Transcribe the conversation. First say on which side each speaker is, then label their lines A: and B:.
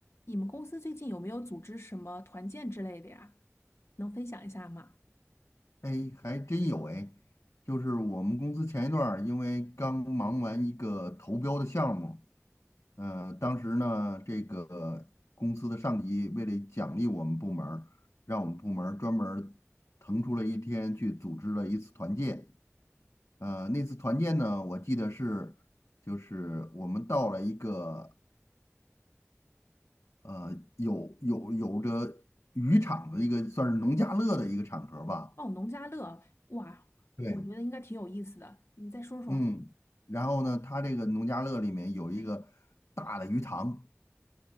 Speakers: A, on the left; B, on the left.
A: 你们公司最近有没有组织什么团建之类的呀？能分享一下吗？
B: 哎，还真有哎，就是我们公司前一段儿因为刚忙完一个投标的项目，呃，当时呢，这个公司的上级为了奖励我们部门儿，让我们部门儿专门儿腾出了一天去组织了一次团建。呃，那次团建呢，我记得是就是我们到了一个呃有有有着渔场的一个算是农家乐的一个场合吧。
A: 哦，农家乐，哇，
B: 对，
A: 我觉得应该挺有意思的。你再说说。
B: 嗯，然后呢，他这个农家乐里面有一个大的鱼塘，